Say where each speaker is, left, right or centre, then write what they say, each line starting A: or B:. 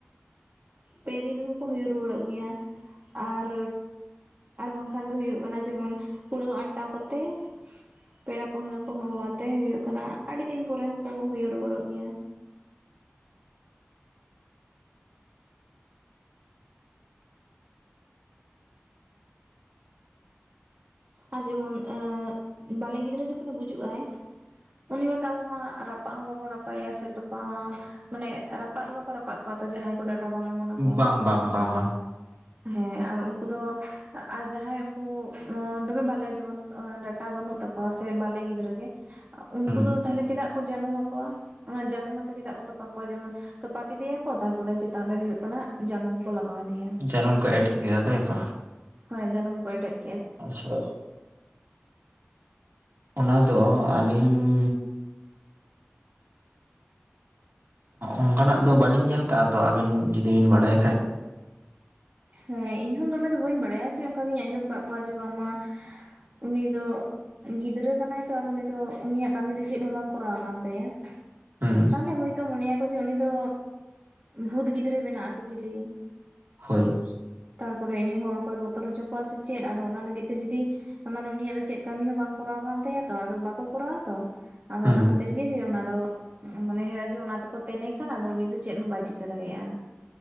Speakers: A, on the right (about 45°); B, on the right (about 70°).
A: ᱯᱮ ᱫᱤᱱ ᱨᱮᱦᱚᱸ ᱠᱚ ᱦᱚᱭᱚ ᱨᱩᱣᱟᱹᱲᱚᱜ ᱜᱮᱭᱟ ᱟᱨ ᱟᱨ ᱵᱟᱝᱠᱷᱟᱱ ᱫᱚ ᱦᱳᱭᱳᱜ ᱠᱟᱱᱟ ᱡᱮᱢᱚᱱ ᱠᱩᱲᱟᱹᱣ ᱟᱱᱴᱟᱣ ᱠᱟᱛᱮᱜ᱾ ᱯᱮᱲᱟ ᱯᱟᱹᱲᱦᱟᱹ ᱠᱚ ᱦᱚᱦᱚ ᱟᱛᱮ ᱦᱩᱭᱩᱜ ᱠᱟᱱᱟ ᱟᱹᱰᱤ ᱫᱤᱱ ᱯᱚᱨᱮ ᱦᱚᱸᱠᱚ ᱦᱩᱭ ᱨᱩᱣᱟᱹᱲᱚᱜ ᱜᱮᱭᱟ᱾ ᱟᱨ ᱡᱮᱢᱚᱱ ᱮᱸ ᱵᱟᱞᱮ ᱜᱤᱫᱽᱨᱟᱹ ᱡᱚᱠᱷᱚᱱᱮ ᱜᱩᱡᱩᱜ ᱟᱭ ᱩᱱᱤ ᱢᱟᱛᱚ ᱟᱵᱚ ᱢᱟ ᱨᱟᱯᱟᱜ ᱦᱚᱸ ᱵᱟᱵᱚᱱ ᱨᱟᱯᱟᱭᱼᱟ ᱥᱮ ᱛᱚᱯᱟ ᱦᱚᱸ ᱢᱟᱱᱮ ᱨᱟᱯᱟᱜ ᱫᱚ ᱵᱟᱠᱚ ᱨᱟᱯᱟᱜ ᱠᱚᱣᱟ ᱛᱚ ᱡᱟᱦᱟᱸᱭ ᱠᱚ ᱰᱟᱴᱟ ᱵᱟᱝ ᱚᱢᱚᱱ ᱟᱠᱚᱣᱟ᱾
B: ᱵᱟᱝ ᱵᱟᱝ ᱵᱟᱝ ᱵᱟᱝ
A: ᱦᱮᱸ ᱟᱨ ᱩᱱᱠᱩ ᱫᱚ ᱟᱨ ᱡᱟᱦᱟᱸᱭ ᱩᱱᱠᱩ ᱫᱚᱢᱮ ᱵᱟᱞᱮ ᱡᱮᱢᱚᱱ ᱰᱟᱴᱟ ᱵᱟᱹᱱᱩᱜ ᱛᱟᱠᱚᱣᱟ ᱥᱮ ᱵᱟᱞᱮ ᱜᱤᱫᱽᱨᱟᱹ ᱜᱮ, ᱩᱱᱠᱩ
B: ᱦᱩᱸ
A: ᱫᱚ ᱛᱟᱦᱚᱞᱮ ᱪᱮᱫᱟᱜ ᱠᱚ ᱡᱟᱹᱱᱩᱢ ᱟᱠᱚᱣᱟ? ᱚᱱᱟ ᱡᱟᱹᱱᱩᱢ ᱟᱛᱮ ᱪᱮᱫᱟᱜ ᱠᱚ ᱛᱚᱯᱟ ᱠᱚᱣᱟ? ᱡᱮᱢᱚᱱ ᱛᱚᱯᱟ ᱠᱮᱫᱮᱭᱟᱠᱚ ᱛᱟᱨᱯᱚᱨᱮ ᱪᱮᱛᱟᱱ ᱨᱮ ᱦᱳᱜ ᱠᱟᱱᱟ ᱡᱟᱹᱱᱩᱢ ᱠᱚ ᱞᱟᱜᱟᱣ- ᱟᱫᱮᱭᱟ
B: ᱡᱟᱱᱩᱢ ᱠᱚ ᱮᱴᱮᱛ ᱠᱮᱫᱟ ᱦᱚᱭ ᱛᱚ
A: ᱦᱚᱭ ᱡᱟᱱᱩᱢ ᱠᱚ ᱮᱴᱮᱫ ᱠᱮᱫᱟ᱾
B: ᱟᱪᱪᱷᱟ ᱚᱱᱟ ᱫᱚ ᱟᱹᱞᱤᱧ ᱚᱱᱠᱟ ᱱᱟᱜ ᱫᱚ ᱵᱟᱹᱞᱤᱧ ᱧᱮᱞ ᱠᱟᱜᱼᱟ ᱛᱚ, ᱟᱵᱤᱱ ᱡᱩᱫᱤ ᱵᱤᱱ ᱵᱟᱲᱟᱭ ᱠᱷᱟᱡ,
A: ᱦᱮᱸ ᱤᱧ ᱦᱚ ᱫᱚᱢᱮ ᱫᱚ ᱵᱟᱹᱧ ᱵᱟᱲᱟᱭᱟ ᱡᱮ ᱚᱱᱠᱟ ᱜᱤᱧ ᱟᱸᱡᱚᱢ ᱟᱠᱟᱫ ᱠᱚᱣᱟ ᱡᱮ ᱵᱟᱝᱢᱟ ᱩᱱᱤ ᱫᱚ ᱜᱤᱫᱽᱨᱟᱹ ᱠᱟᱱᱟᱭ ᱛᱚ ᱩᱱᱤ ᱫᱚ ᱩᱱᱤᱭᱟᱜ ᱠᱟᱹᱢᱤ ᱫᱚ ᱪᱮᱫ ᱦᱚᱸ ᱵᱟᱝ ᱠᱚᱨᱟᱣ ᱟᱠᱟᱱ ᱛᱟᱭᱟ᱾
B: ᱦᱩᱸ
A: ᱛᱟᱦᱞᱮ ᱦᱚᱳᱭᱛᱳ ᱢᱚᱱᱮᱭᱟᱠᱚ ᱡᱮ ᱩᱱᱤ ᱫᱚ ᱵᱷᱩᱛ ᱜᱤᱫᱽᱨᱟᱹ ᱵᱮᱱᱟᱜ ᱟᱥᱮ ᱪᱤᱞᱤ,
B: ᱦᱳᱭ
A: ᱛᱟᱨᱯᱚᱨᱮ ᱩᱱᱤᱱ ᱦᱚᱲ ᱠᱚᱭ ᱵᱚᱛᱚᱨ ᱦᱚᱪᱚ ᱠᱚᱣᱟ ᱥᱮ ᱪᱮᱫ ᱟᱫᱚ ᱚᱱᱟ ᱞᱟᱹᱜᱤᱫ ᱛᱮ ᱡᱩᱫᱤ ᱢᱟᱱᱮ ᱩᱱᱤᱭᱟᱜ ᱫᱚ ᱪᱮᱫ ᱠᱟᱹᱢᱤ ᱦᱚᱸ ᱵᱟᱝ ᱠᱚᱨᱟᱣ ᱠᱟᱱ ᱛᱟᱭᱟ ᱛᱚ ᱟᱫᱚ ᱵᱟᱠᱚ ᱠᱚᱨᱟᱣᱟ ᱛᱚ᱾ ᱟᱫᱚ
B: ᱦᱩᱸ
A: ᱚᱱᱟ ᱠᱷᱟᱹᱛᱤᱨ ᱜᱮ ᱡᱮ ᱚᱱᱟ ᱫᱚ ᱢᱚᱱᱮ ᱦᱩᱭᱩᱜᱭᱳᱜᱼᱟ ᱡᱮ ᱚᱱᱟ ᱛᱮᱠᱚ ᱛᱮᱱᱮ ᱠᱷᱟᱱ ᱟᱫᱚ ᱩᱱᱤ ᱫᱚ ᱪᱮᱫ ᱦᱚᱸ ᱵᱟᱭ ᱪᱤᱠᱟᱹ ᱫᱟᱲᱮᱭᱟᱜᱼᱟ᱾